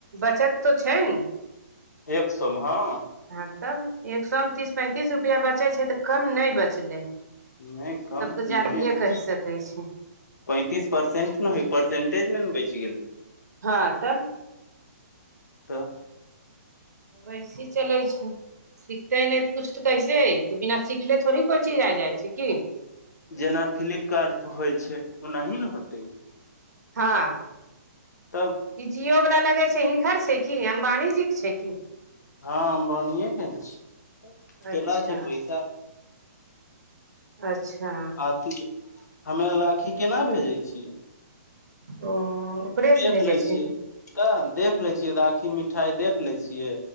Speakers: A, on the right; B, on the left.
A: बचत तो छै ने
B: एक सौ मे हँ
A: हँ तब एक समे तीस पैंतीस रुपैआ बचै छै तऽ कम नहि बचलै
B: नहि कम
A: तऽ जादियए
B: नहिये छै
A: कहि सकैत छै
B: पैंतीस परसेंट नहि होय परसेंटेजमे ने बैच गेल
A: हँ तब
B: तऽ
A: वैसे चलै छै सिखते नहि तऽ कुछ तऽ कैसे त बिना सिखले थोड़े कोची जा जाइ छै कि
B: जेना फ्लिपकार्ट पर होइ छै ओनाही ने होतै
A: हँ
B: तब
A: ई जिओवला लगै छै हिनकर छै क अम्बानी जीके छै की
B: हँ अमबानी के ने छी केला
A: अच्छा
B: छै पैसा
A: अच्छा
B: अखनी हमे राखी केना भेजै छियै
A: ओ ओकरे
B: देख
A: से भेजै
B: लै
A: छै
B: छियै तऽ देख लै छियै राखी मिठाइ देख लै छियै